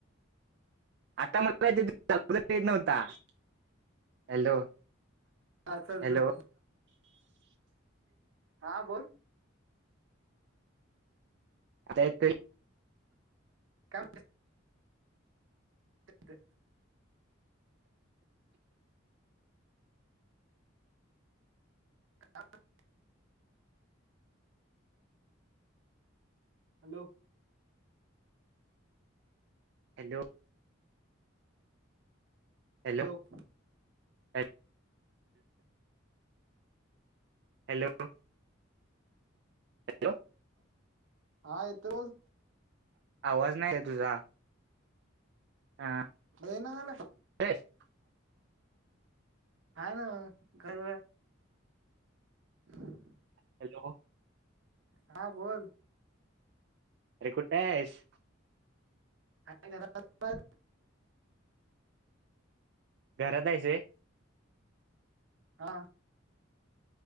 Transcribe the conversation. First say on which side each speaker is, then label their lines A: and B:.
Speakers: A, on the right; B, on the right.
A: <unintelligible> hello
B: चल
A: हॅलो
B: चल हा बोल
A: अरे त
B: का <inaudible> <inaudible> हॅलो
A: हॅलो हॅलो
B: लोक
A: हॅलो हॅलो हॅलो
B: हा येतो बोल.
A: आवाज नाही रे तुझा. हा
B: अेना झाले.
A: कुठे आहेस
B: हा ना ग. <inaudible>
A: हॅलो.
B: हा बोल.
A: अरे कुठे आहेस.
B: काय करा.
A: घरातयचंय.
B: हा.